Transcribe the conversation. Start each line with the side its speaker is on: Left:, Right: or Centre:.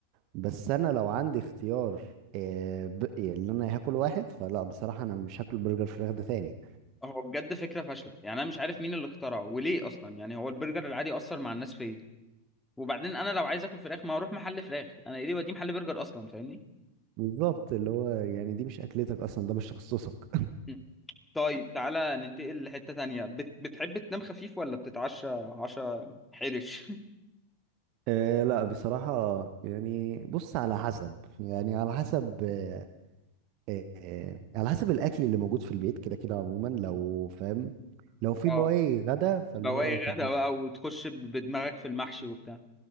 Right: بس انا لو عندي اختيار آه ب... يعني اللي انا هاكل واحد فلا بصراحه انا مش هاكل برجر فراخ ده تاني
Centre: هو بجد فكره فاشله يعني انا مش عارف مين اللي اخترعه وليه اصلا يعني هو البرجر العادي اثر مع الناس فيا وبعدين انا لو عايز اكل فراخ ما اروح محل فراخ انا ايه ليه وديه محل برجر اصلا فاهمني
Right: بالظبط اللي هو يعني دي مش اكلتك اصلا ده مش تخصصك
Centre: مم. طيب تعالى ننتقل لحتة تانية بت... بتحب تنام خفيف ولا بتتعشى عشاء حرش
Right: آه لا بصراحة يعني بص على حسب يعني على حسب آه آه آه، على حسب الأكل اللي موجود في البيت كده كده عموما لو فاهم لو في
Centre: <laughs> اه
Right: بواقي غدا فاللي
Centre: بواقي
Right: هو طب
Centre: غدا بقى وتخش ب- بدماغك في المحشي وبتاع